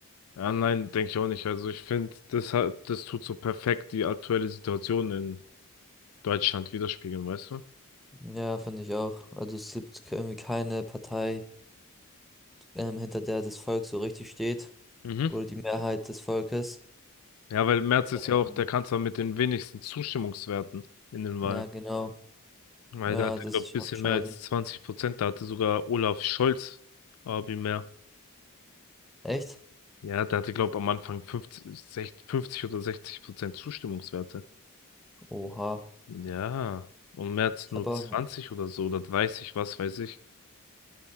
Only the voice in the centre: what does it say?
Ja, finde ich auch. Also es gibt ke- irgendwie keine Partei, ähm, hinter der das Volk so richtig steht
oder die Mehrheit des Volkes.
Ähm,
Ja, genau.
Ja,
das
ist
schon
schade.
Echt?
Oha.
Ich
habe
auch,